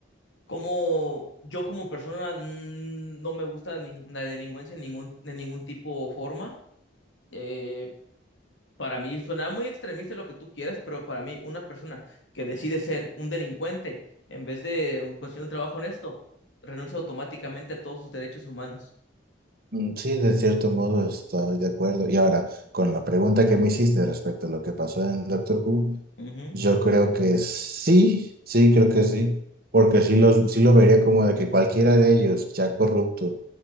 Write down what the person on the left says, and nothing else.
como yo como persona mm, no me gusta ni- la delincuencia en ningún, de ningún tipo o forma. eh, Para mí suena muy extremista lo que tú quieras, pero para mí una persona que decide ser un delincuente en vez de conseguir un trabajo honesto, renuncia automáticamente a todos sus derechos humanos.
Ujú.